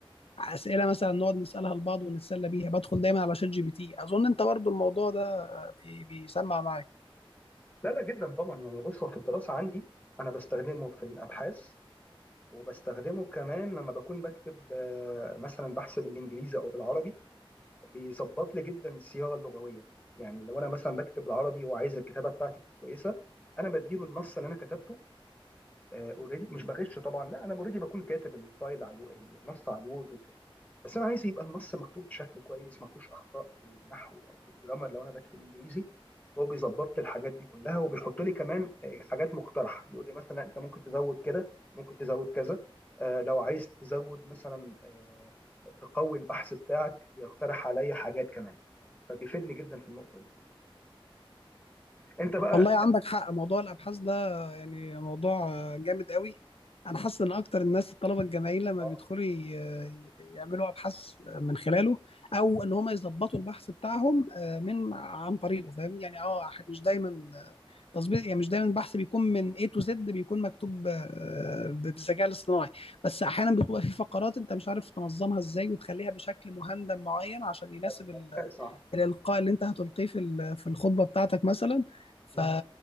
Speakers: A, on the left; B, on the left.
A: اسئله مثلا نقعد نسالها لبعض ونتسلى بيها بدخل دايما على شات جي بي تي اظن انت برضو الموضوع ده بي- بيسمع معاك
B: لا لا جدا طبعا يعني بص هو في الدراسه عندي انا بستخدمه في الابحاث وبستخدمه كمان لما بكون بكتب آه، مثلا بحث بالانجليزي او بالعربي بيظبط لي جدا الصياغه اللغويه يعني لو انا مثلا بكتب العربي وعايز الكتابه بتاعتي تكون كويسه انا بديله النص اللي انا كتبته اوريدي مش بغش طبعا لا انا اوريدي بكون كاتب الفايل على الو- النص على الوورد وكده بس انا عايز يبقى النص مكتوب بشكل كويس ما فيهوش اخطاء في النحو او في الجرامر لو انا بكتب انجليزي هو بيظبط لي الحاجات دي كلها وبيحط لي كمان آه، حاجات مقترحه بيقول لي مثلا انت ممكن تزود كده ممكن تزود كذا آه، لو عايز تزود مثلا آه، تقوي البحث بتاعك بيقترح عليا حاجات كمان فبيفيدني جدا في النقطه دي انت بقى
A: والله عندك حق موضوع الابحاث ده يعني موضوع آه، جامد قوي انا حاسس ان اكتر الناس الطلبه الجامعيين لما
B: اه
A: بيدخلوا ي- ي- يعملوا ابحاث من خلاله او ان هم يظبطوا البحث بتاعهم آه، من عن طريقه فاهم يعني اه مش دايما آه، تظبيط يعني مش دايما البحث بيكون من A to Z بيكون مكتوب آه، بالذكاء الاصطناعي بس احيانا بتبقى في فقرات انت مش عارف تنظمها ازاي وتخليها بشكل مهندم معين عشان يناسب
B: أيوة، صح
A: الإلقاء اللي أنت هتلقيه في ال- في الخطبة بتاعتك مثلا ف...
B: مم.